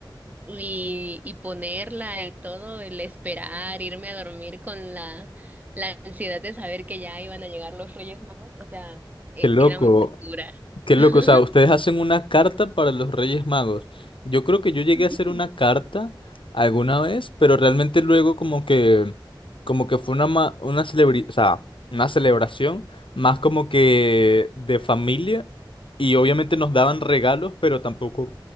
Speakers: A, on the right; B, on the left.
A: y, y ponerla y todo, el esperar, irme a dormir con la, la ansiedad de saber que ya iban a llegar los Reyes Magos, o sea, e-
B: Qué loco,
A: era una locura.
B: qué loco.
A: <laughs>
B: O sea, ustedes hacen una carta para los Reyes Magos. Yo creo que yo llegué
A: Mm.
B: a hacer una carta alguna vez, pero realmente luego como que, como que fue una, ma- una celebri- o sea, una celebración más como que de familia y obviamente nos daban regalos, pero tampoco,